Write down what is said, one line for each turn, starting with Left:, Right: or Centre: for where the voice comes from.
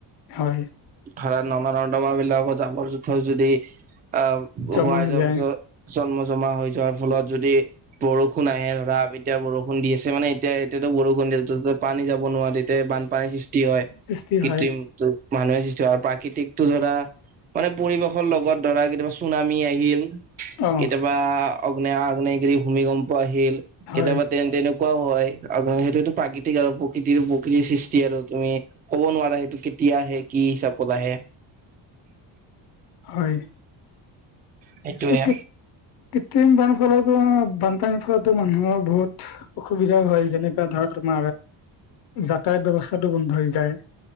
Left: হয়
Right: ধৰা নলা নৰ্দমা বিলাকৰ জাবৰ জোথৰ যদি আহ
Left: জমা
Right: হোৱাই
Left: হৈ
Right: যোৱাৰ
Left: যায়
Right: পিছত জন্ম জমা হৈ যোৱাৰ ফলত যদি বৰষুণ আহে ধৰা এতিয়া বৰষুণ দি আছে মানে এতিয়া এতিয়াতো বৰষুণ দি আছে ত পানী যাব নোৱাৰে তে বানপানীৰ সৃষ্টি হয়
Left: সৃষ্টি
Right: কৃত্ৰিম
Left: হয়
Right: টো মানুহে সৃষ্টি আৰু প্ৰাকৃতিক টো ধৰা মানে পৰিৱেশৰ লগত ধৰা কেতিয়াবা চুনামি আহিল
Left: অ
Right: কেতিয়াবা অগ্নে আগ্নেয়গিৰি, ভূমিকম্প আহিল
Left: হয়
Right: কেতিয়াবা তেন তেনে কুৱাও হয় আৰু সেইটোটো প্ৰাকৃতিক আৰু প্ৰকৃতিৰ প্ৰকৃতিৰ সৃষ্টি আৰু তুমি ক'ব নোৱাৰা সেইটো কেতিয়া আহে কি হিচাপত আহে
Left: হয়!
Right: সেইটোয়ে
Left: <unintelligible> কৃত্ৰিম বান ফলতো, বানপানীৰ ফলতো, মানুহৰ বহুত অসুবিধাও হয়। যেনেকা ধৰক, <unintelligible> যাতায়াত ব্যৱস্থাটো বন্ধ হৈ যায়।